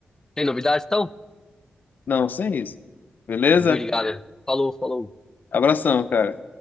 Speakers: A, on the left; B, on the left.
A: Tem novidade, então?
B: Não, sem isso. Beleza?
A: Obrigado. Falou, falou.
B: Abração, cara.